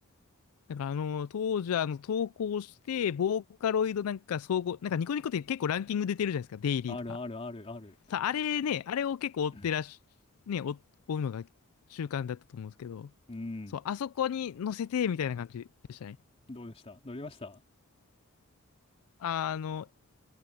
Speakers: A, on the left; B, on the left.
A: なんかあの、当時はあの、投稿して、ボーカロイドなんか総合、なんかニコニコって結構ランキング出てるじゃないですか、デイリーとか。
B: あるあるあるある。
A: さ、あれね、あれを結構追ってらし、
B: <laughs>
A: ね、追追うのが習慣だったと思うんですけど、
B: うん。
A: そう、あそこに載せて、みたいな感じでしたね。
B: どうでした乗りました
A: あの、